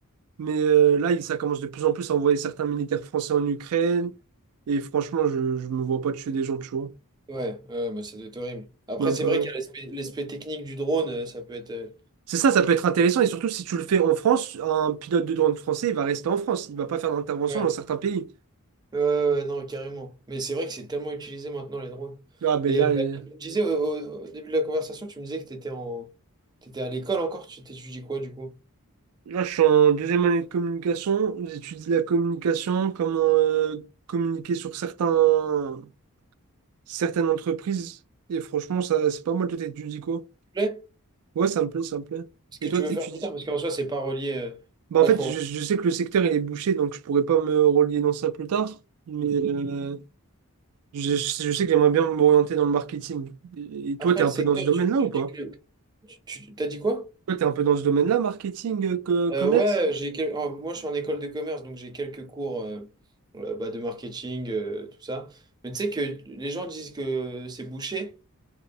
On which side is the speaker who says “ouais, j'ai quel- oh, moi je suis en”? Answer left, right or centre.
Right